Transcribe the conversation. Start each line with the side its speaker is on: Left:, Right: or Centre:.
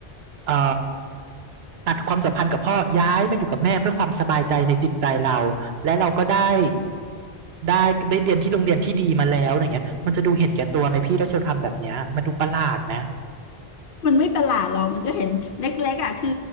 Right: เอ่อตัดความสัมพันธ์กับพ่อย้ายมาอยู่กับแม่เพื่อความสบายใจในจิตใจเราและเราก็ได้ได้ได้เรียนที่โรงเรียนที่ดีมาแล้วอย่างเงี้ยมันจะดูเห็นแก่ตัวไหมพี่ถ้าเชลทำแบบเนี้ยมันดูประหลาดไหม
Left: มันไม่ประหลาดหรอกมันก็เห็นเล็กๆอ่ะคือ